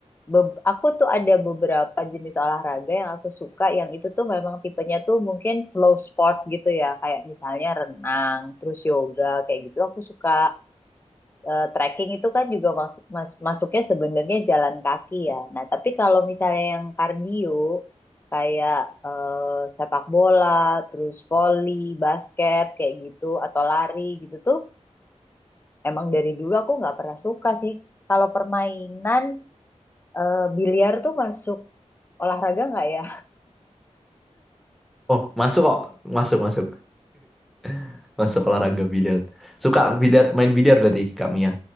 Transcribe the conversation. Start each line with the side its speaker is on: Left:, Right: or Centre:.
Left: be- aku tuh ada beberapa jenis olahraga yang aku suka, yang itu tuh memang tipenya tuh mungkin slow sport gitu ya, kayak misalnya renang, terus yoga, kayak gitu aku suka eh, trekking itu kan juga mas- mas- masuknya sebenarnya jalan kaki ya. Nah, tapi kalau misalnya yang kardio kayak eh, sepak bola, terus voli, basket kayak gitu atau lari gitu tuh emang dari dulu aku nggak pernah suka sih. Kalau permainan eh, biliar tuh masuk olahraga nggak ya?
Centre: Oh, masuk kok. Masuk, masuk. <laughs> Masuk olahraga biliar. Suka biliar, main biliar berarti Kak Mia.